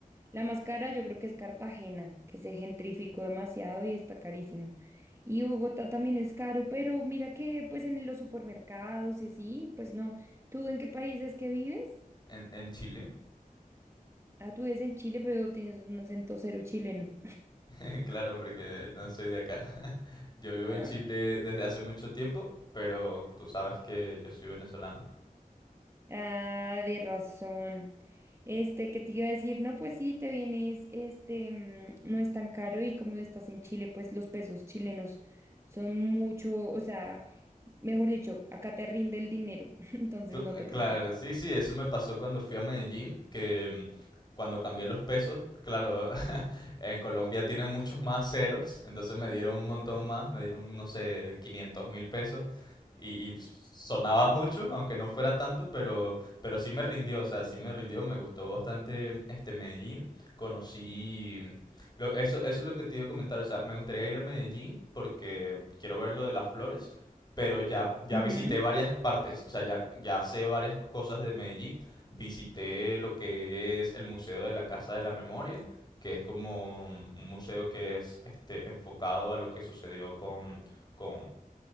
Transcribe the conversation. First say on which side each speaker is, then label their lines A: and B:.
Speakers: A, on the right; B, on the left.
A: La más cara yo creo que es Cartagena, que se gentrificó demasiado y está carísimo. Y Bogotá también es caro, pero mira que pues en los supermercados y así, pues no. ¿Tú en qué país es que vives?
B: en, en Chile,
A: Ah, tú vives en Chile, pero tienes un acento cero chileno.
B: <laughs> claro, porque no soy de acá. Yo vivo
A: <laughs>
B: en Chile desde hace mucho tiempo, pero tú sabes que yo soy venezolano.
A: Ah, de razón. Este, ¿qué te iba a decir? No, pues sí, te vienes, este, mm, no es tan caro y como estás en Chile, pues los pesos chilenos son mucho, o sea, mejor dicho, acá te rinde el dinero, <laughs> entonces
B: Cl-
A: no te
B: claro,
A: preocupes.
B: sí, sí, eso me pasó cuando fui a Medellín, que mm, cuando cambié los pesos, claro, <laughs> En Colombia tienen muchos más ceros, entonces me dieron un montón más, me dieron, no sé, 500 mil pesos y, y sonaba mucho, aunque no fuera tanto, pero, pero sí me rindió, o sea, sí me rindió, me gustó bastante este Medellín, conocí... Lo, eso, eso es lo que te iba a comentar, o sea, me gustaría ir a Medellín porque quiero ver lo de las flores, pero ya, ya
A: Ujú.
B: visité varias partes, o sea, ya, ya sé varias cosas de Medellín, visité lo que es el Museo de la Casa de la Memoria, que es como un museo que es este, enfocado a lo que sucedió con, con,